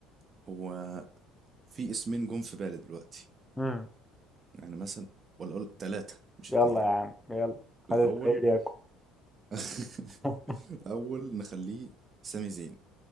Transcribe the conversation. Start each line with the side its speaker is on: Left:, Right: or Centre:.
Right: هو في اسمين جم في بالي دلوقتي
Centre: امم
Right: يعني مثلا ولا اقول ثلاثة مش
Centre: يلا
Right: اتنين
Centre: يا عم يلا
Right: الاول
Centre: خلي الفقير ياكل
Right: <laughs>
Centre: <laughs>
Right: الاول نخليه سامي زين